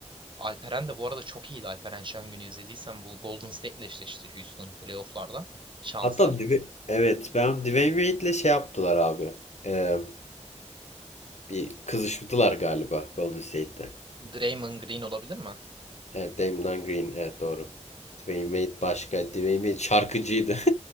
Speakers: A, on the right; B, on the left.
A: Alperen de bu arada çok iyiydi. Alperen Şengün'ü izlediysen bu Golden State'le eşleşti Houston playoff'larda şansa.
B: Hatta Dwe- Evet ben Dwayne Wade'le şey yaptılar abi. Ee, bir kızıştılar galiba Golden State'te.
A: Draymond Green olabilir mi?
B: Evet Damian Green evet doğru. Dwayne Wade başka. Dwayne Wade şarkıcıydı. <laughs>